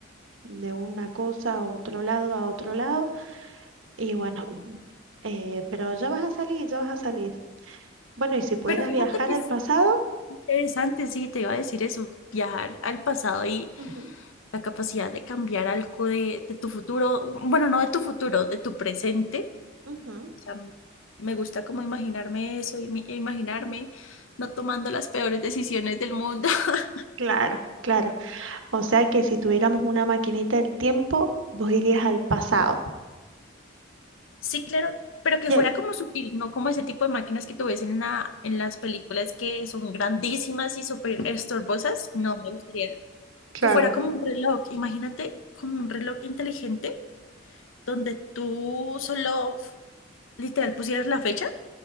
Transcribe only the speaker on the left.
Pero fíjate
que
es
interesante, sí, te iba a decir eso, viajar al pasado y
la capacidad de cambiar algo de, de tu futuro, bueno, no de tu futuro, de tu presente
O sea, me gusta como imaginarme eso y mi- e imaginarme no tomando las peores decisiones del mundo. <laughs>
Sí, claro, pero que
fuera
como sutil, no como ese tipo de máquinas que tú ves en la, en las películas que son grandísimas y súper estorbosas. No me gustaría
que fuera como un reloj. Imagínate como un reloj inteligente donde tú solo literal pusieras la fecha